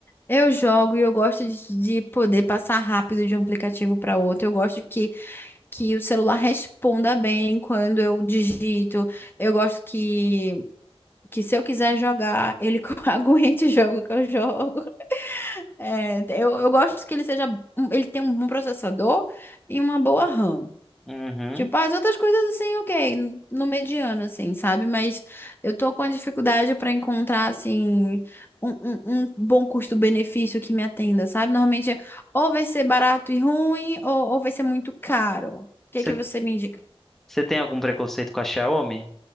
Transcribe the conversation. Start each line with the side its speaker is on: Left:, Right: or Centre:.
Left: Eu jogo e eu gosto de, de poder passar rápido de um aplicativo para outro. Eu gosto que, que o celular responda bem quando eu digito. Eu gosto que, que se eu quiser jogar, ele <laughs> aguente o jogo que eu jogo. É, eu, eu gosto que ele seja, um- ele tem um bom processador e uma boa RAM.
Centre: Uhum.
Left: Tipo, as outras coisas assim, ok, no no mediano, assim, sabe? Mas eu tô com a dificuldade pra encontrar, assim, um, um, um bom custo-benefício que me atenda, sabe? Normalmente, é, ou vai ser barato e ruim, ou, ou vai ser muito caro. O que
Centre: Você,
Left: que você me indica?
Centre: você tem algum preconceito com a Xiaomi?